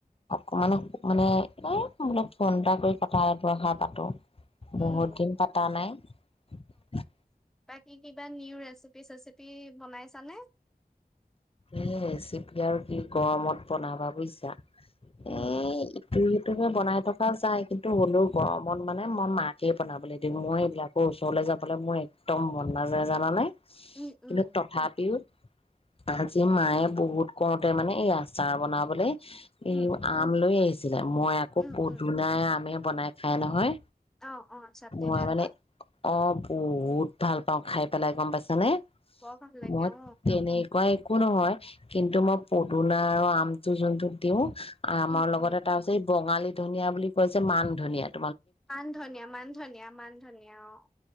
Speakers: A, on the left; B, in the centre.
A: অকমান মানে এ মল ফোন এটা কৰি কথা এটোষাৰ পাতো
B: উম,
A: বহুত দিন পতা নাই
B: কি কিবা নিউ ৰেচিপি চেচিপি বনাইছানে
A: এই ৰেচিপি আৰু কি গৰমত বনাবা বুজিছা এ
B: উম,
A: ইটো সিটো বনাই থকা যায় কিন্তু টো হ'লো গৰমত মানে মই মাকে বনাবলৈ দিম মই এইবিলাকৰ ওচৰলৈ যাবলৈ মোৰ একদম মন নাযায় জানানে কিন্তু
B: উম, উম,
A: তথাপিও আজি মায়ে বহুত কওঁতে মানে এই আচাৰ বনাবলৈ
B: উম,
A: এই আমল আহ মই আকৌ
B: উম,
A: পদুনাই
B: উম,
A: আমে বনাই খাই নহয়
B: অ' অ' চাটনি
A: মই
B: টাইপৰ
A: মানে অ' বহুত ভাল পাওঁ খাই পেলাই গম পাইছ নে
B: বৰ ভাল লাগে
A: মই
B: অ',
A: তেনে, নো একো নহয় কিন্তু মই পদুনা আৰু আমটো যোনটো দিওঁ আমাৰ
B: উম,
A: লগতে
B: উম,
A: তটাছে এই বঙালী, ধনীয়া বুলি কৈছে মান ধনিয়াত
B: মান ধনিয়া মান ধনিয় মান ধনিয় অ'